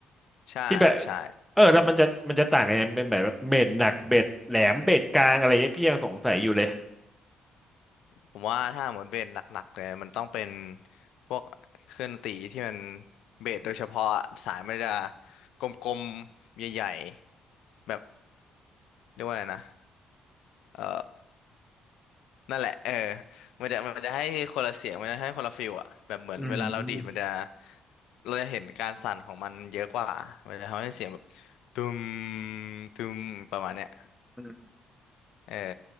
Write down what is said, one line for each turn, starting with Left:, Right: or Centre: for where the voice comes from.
Left: ใช่ใช่
Centre: ที่แบบเออแล้วมันจะมันจะต่างกันยังไงเป็นแบบเบสหนักเบสแหลมเบสกลางอะไรเงี้ยพี่ยังสงสัยอยู่เลย
Left: ผมว่าถ้าหมดเบสหนักๆเลยมันต้องเป็นพวกเครื่องดนตรีที่มันเบสโดยเฉพาะอะสายมันจะกลมๆใหญ่ๆแบบเรียกว่าอะไรนะเออ นั่นแหละเออมันจะมันจะให้คนละเสียงมันจะให้คนละฟิลอะแบบเหมือนเวลาเราดีดมันจะ
Centre: อืม
Left: เราจะเห็นการสั่นของมันเยอะกว่ามันจะทำให้เสียงแบบตุมตุมประมาณเนี้ย
Centre: อืม
Left: เออ